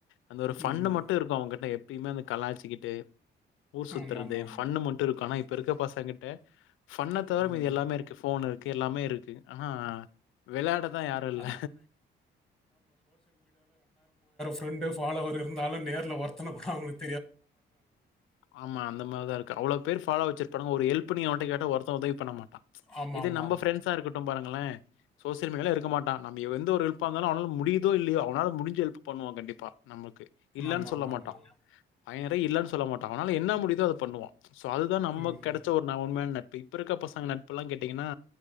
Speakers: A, on the left (about 85°); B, in the centre.
A: அந்த ஒரு ஃபண்ணு
B: ம்.
A: மட்டும் இருக்கும் அவங்கிட்ட எப்பயுமே அந்த கலாச்சிக்கிட்டு ஊர் சுத்துறது
B: ஆமாமாமா.
A: ஃபன்னு மட்டு இருக்கு ஆனா இப் இப்ப இருக்க பசங்கிட்ட ஃபன் தவர
B: ம்.
A: மீதி எல்லாமே இருக்கு போன் இருக் கு எல்லாமே இருக் கு ஆனா விளையாடதா யாரு இல்ல
B: அதான். ஃப்ரெண்ட் ஃபாலோவர் இருந்தாலு நேர்ல ஒர்த்தன கூட அவங்களுக்
A: ஆமா அந்த மாரிதா இருக்கு அவ்ளோ பேர் ஃபாலோ வச்சிருக் இப்ப நம்ம ஒரு ஹெல்ப்னு எவன் கிட்ட கேட்டா ஒருத்த உதவி பண்ணமாட்
B: ஆமாமாமா.
A: இது நம்ம ஃப்ரெண்ட்ஸா இருக்கட்டு பாருங்களே சோசியல் மீடியால இருக்க மாட்டா நம்ம எந்த ஒரு ஹெல்ப்பா இருந்தாலு அவனால முடியுதோ இல்லையோ அவனால முடிஞ்ச ஹெல்ப் பண்ணுவா கண்டிப்பா நம்ளுக் இல்லன்னு
B: ஆமாமாமாமா.
A: சொல்ல மாட்டான் எதயு இல்லன் சொல்ல மாட்டான் அவனால என்ன முடியுதோ அத பண்ணுவா சோ அதுதா நம்மக்
B: ம்.
A: கெடச்ச ஒரு ந உண்மையான ந ட்பு இப்ப இருக்க பசங்க நட்பு எல்லா கேட்டீங்கன்னா